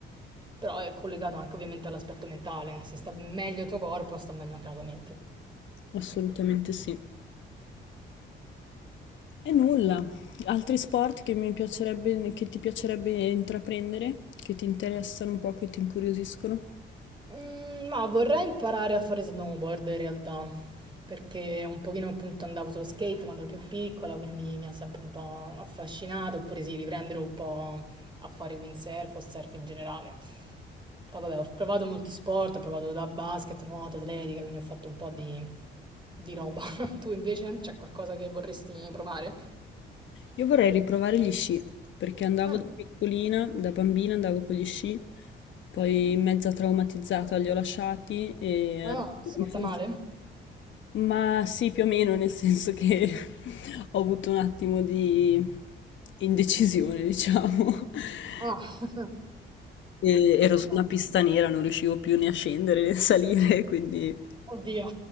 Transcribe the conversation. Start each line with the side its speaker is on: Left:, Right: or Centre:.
Right: però è collegato anche ovviamente all'aspetto mentale. Se sta meglio il tuo corpo, sta meglio anche la tua mente.
Left: Assolutamente sì. E nulla. Altri sport che mi piacerebbe, che ti piacerebbe intraprendere, che ti interessano un po', che ti incuriosiscono?
Right: Mm, ma vorrei imparare a fare snowboard in realtà, perché un pochino appunto andavo sullo skate quando ero più piccola, quindi mi ha sempre un po' affascinato, oppure sì, riprendere un po' a fare windsurf o surf in generale. Poi vabbè, ho provato molti sport, ho provato da basket, nuoto, atletica, quindi ho fatto un po' di, di roba. <laughs> Tu invece c'è qualcosa che vorresti provare?
Left: Io vorrei riprovare gli sci, perché andavo
Right: Mm.
Left: da piccolina, da bambina andavo con gli sci, poi mezza traumatizzata li ho lasciati e adesso
Right: Ah, mi sono
Left: mi
Right: fatta
Left: sono-
Right: male?
Left: Ma sì, più o meno, nel senso che <laughs> ho avuto un attimo di indecisione, diciamo. <laughs>
Right: Ah, <laughs>
Left: E ero
Right: no.
Left: su
Right: no.
Left: una pista nera, non riuscivo più né a scendere né a salire, <laughs> quindi
Right: Oddio.